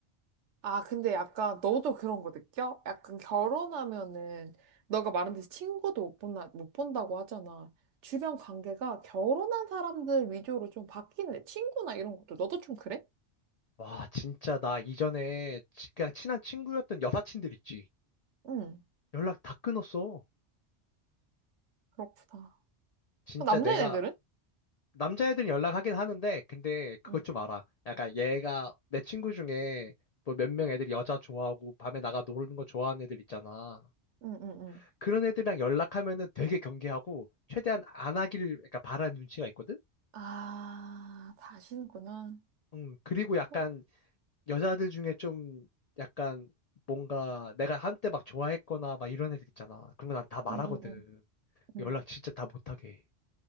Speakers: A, on the right; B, on the left.
A: 아, 근데 약간, 너도 그런 거 느껴? 약간 결혼하면은, 너가 말한 듯이 친구도 못 본다, 못 본다고 하잖아. 주변 관계가 결혼한 사람들 위주로 좀 바뀌네. 친구나 이런 것도. 너도 좀 그래?
B: 와, 진짜 나 이전에 치- 그냥 친한 친구였던 여사친들 있지.
A: 응,
B: 연락 다 끊었어.
A: 그렇구나.
B: 진짜
A: 남자애들은?
B: 내가 남자애들은 연락하긴 하는데, 근데 그것
A: 응,
B: 좀 알아. 약간 얘가 내 친구 중에 뭐 몇 명 애들이 여자 좋아하고 밤에 나가 노는 거 좋아하는 애들 있잖아.
A: 응, 응, 응.
B: 그런 애들이랑 연락하면은 되게 경계하고 최대한 안 하길 그러니까 바라는 눈치가 있거든?
A: 아, 다시는구나.
B: 음, 그리고 약간
A: 응,
B: 여자들 중에 좀 약간 뭔가 내가 한때 막 좋아했거나 막 이런 애들 있잖아. 그런 거 난 다 말하거든.
A: 응, 응. 응.
B: 연락 진짜 다 못하게. 해.